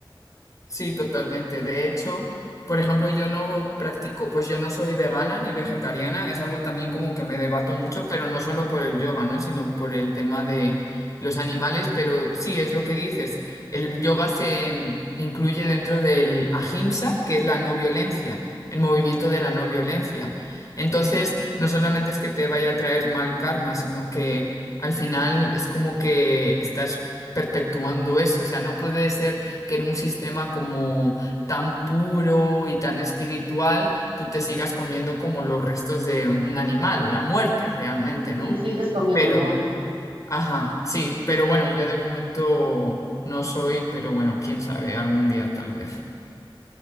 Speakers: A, on the left; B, on the right.
A: Sí, totalmente. De hecho, por ejemplo, yo no practico, pues yo no soy vegana ni vegetariana, es algo también como que me debato mucho, pero no solo por el yoga, ¿no? Sino por el tema de los animales, pero sí, es lo que dices. El yoga se mm, incluye dentro del ahimsa, que es la no violencia, el movimiento de la no violencia. Entonces, no solamente es que te vaya a traer mal karma, sino que al final es como que estás perpetuando eso, o sea, no puede ser que en un sistema como tan puro y tan espiritual, tú te sigas comiendo como los restos de un animal, la muerte realmente, ¿no?
B: Y sigues comiendo
A: Pero,
B: muerte.
A: ajá, sí, pero bueno, yo de momento no soy, pero bueno, quién sabe, algún día tal vez.